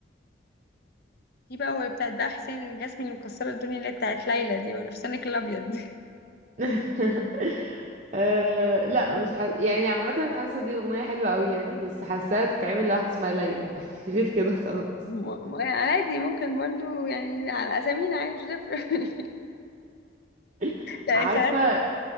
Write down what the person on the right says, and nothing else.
<laughs> أه... لا مش ح... يعني عامة حاسة دي أغنية حلوة قوي يعني بس حاساها تتعمل لواحد اسمها ليلى يعني <laughs> غير كده خلاص
<laughs>
عارفة